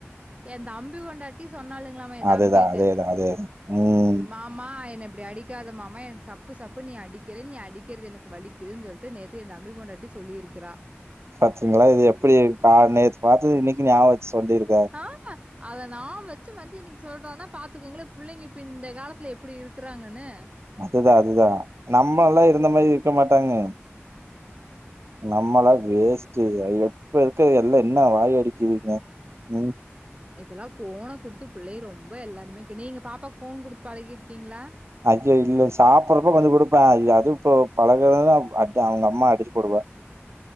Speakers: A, on the right; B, on the right.
A: எ தம்பி பொண்டாட்டி சொன்னாளுங்ளாமா எ தம்பிட்ட
B: அதுதா அதேதா அதேதா ம்
A: மா மா என்ன இப்டி அடிக்காத மாமா எனக்கு சப்பு சப்பு நீ அடிக்கிற நீ அடிக்கிறது எனக்கு வலி க்குதுன்னு சொல்ட்டு நேத்து எ தம்பி பொண்டாட்டி சொல்லியிருக்குறா
B: பாத்திங்களா இது எப்டி க நேத்து பாத்தது இன்னைக்கு ஞாபகோ வச்சி சொல்லிருக்
A: ஆமா அத நியாபகோ வ ச்சி வந்து இன்னைக்கு சொல்றான்ன்னா பாத்துக்கோங்ளே புள்ளைங்க இப்ப இந்த காலத்துல எப்டி இருக்குறாங்கன்னு
B: அதுதா அதுதா நம்ம எல்லா இருந்த மாதிரி இருக்க மாட்டாங்க நம்மளா வேஸ்ட்டு எப்ப இருக்குறது எல்லா என்ன வாய் அடிக்குதுங்க ம்
A: இப்பல்லா போன குடுத்து புள்ளைக ரொம்ப எல்லாருமே கே நீங்க பாப்பாக்கு போன் குடுத்து பழகியிருக்கீங்ளா
B: அய்யோ இல்ல சாப்புட்றப்ப கொஞ்சோ குடுப்பே அது இப்போ பழகுனா அது அவுங்க அம்மா அடிச்சு புடுவா